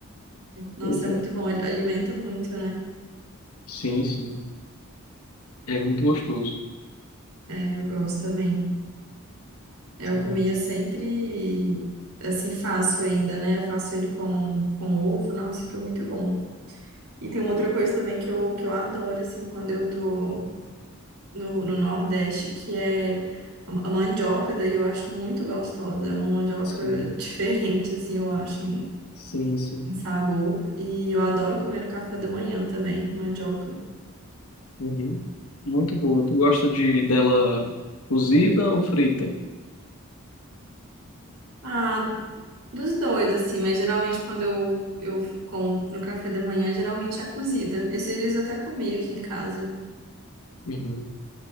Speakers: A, on the right; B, on the left.
A: Nossa,
B: Pois
A: é
B: é.
A: muito bom. Al- Alimenta muito, né?
B: Sim, sim. É muito gostoso.
A: É, Eu gosto também. É,
B: Sim,
A: Eu comia sempre, assim, faço ainda, né? Faço ele com, com ovo. Nossa, fica muito bom. E tem uma outra coisa também que eu, que eu adoro, assim, quando eu tô no, no Nordeste, que é a a mandioca. Daí eu acho muito gostosa. É uma mandioca
B: sim,
A: <laughs> diferente, assim, eu acho.
B: sim, sim.
A: um sabor. E eu adoro comer no café da manhã também, mandioca.
B: Uhum. Muito boa. Tu gosta de dela cozida ou frita?
A: Ah, dos dois, assim, mas geralmente quando eu, eu como no café da manhã, geralmente é cozida. Esses dias eu até comi aqui em casa.
B: Uhum.